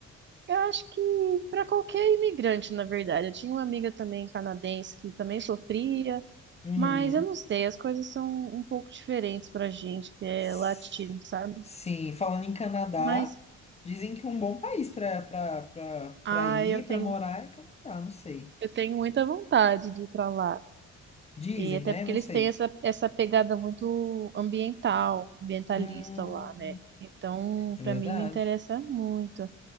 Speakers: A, on the right (about 40°); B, on the left (about 20°).
A: eu acho que para qualquer imigrante, na verdade, eu tinha uma amiga também canadense que também sofria,
B: Uhum.
A: mas eu não sei, as coisas são um pouco diferentes pra gente que é
B: S-
A: latino, sabe?
B: Sim, falando em Canadá,
A: Mas,
B: dizem que um bom país para para para
A: ai,
B: para ir,
A: eu tenho
B: para morar é Canadá, não sei.
A: eu tenho muita vontade de ir pra lá.
B: Dizem,
A: E até
B: né?
A: porque
B: Não
A: eles
B: sei.
A: têm essa, essa pegada muito ambiental, ambientalista
B: Hum,
A: lá, né? Então,
B: é
A: pra
B: verdade.
A: mim, me interessa muito.